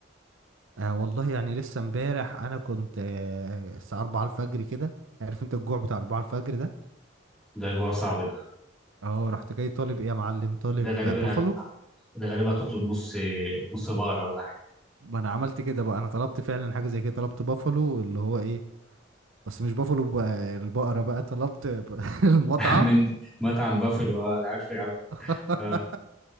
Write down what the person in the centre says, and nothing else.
ده جوه صعب ده
ده غالبا
هت... ده غالبا هتطلب نص نص بقره ولا حاجه
<laughs> من مطعم بافلو اه انا عارفه يا عم
اه